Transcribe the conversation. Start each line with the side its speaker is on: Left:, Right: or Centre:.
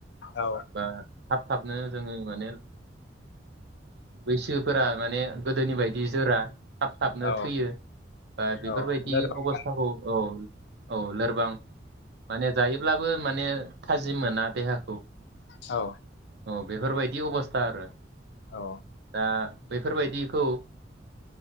Left: औ
Right: बा थाब थाबनो जोंङो माने बैसोफोरा माने गोदोनि बायदि जोरा थाब साबनो
Left: औ
Right: थैयो ओ बेफोरबायदि
Left: औ लोरबां
Right: अबस्थाखौ औ औ लोरबां माने जायोब्लाबो माने थाजिम मोना देहाखौ
Left: औ
Right: औ बेफोरबायदि अबस्था आरो
Left: औ
Right: दा बेफोरबायदिखौ